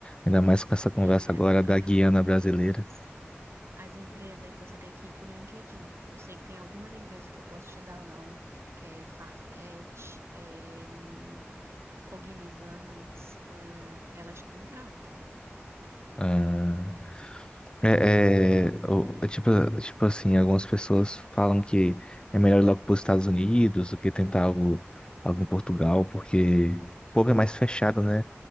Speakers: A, on the left; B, on the right.
A: Ainda mais com essa conversa
B: Olha,
A: agora da Guiana
B: as empresas,
A: brasileira.
B: as empresas, você tem que ir para o LinkedIn. Eu sei que tem algumas empresas que eu posso te dar o nome, que é Farfetch, é, hum, Cognizant, eh, elas contratam.
A: Ah, é, é, o- é tipo, tipo assim, algumas pessoas falam que é melhor ir logo para os Estados Unidos do que tentar algo, algo em Portugal, porque o povo é mais fechado, né?